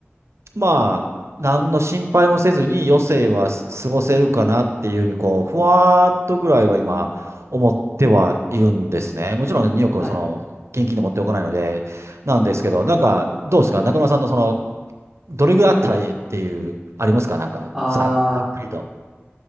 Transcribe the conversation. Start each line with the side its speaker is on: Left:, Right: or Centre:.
Right: まあ、何の心配もせずに余生は過ごせるかなっていうふうに、こう、ふわーっとぐらいは今、思ってはいるんですね。もちろん2億をその、
Centre: はい。
Right: 現金で持っておかないので、なんですけど、なんか、どうですか中村さんのその、どれぐらいあったらいいっていう、
Centre: はい。
Right: ありますかなんか、
Centre: ああ、
Right: ざざっくりと。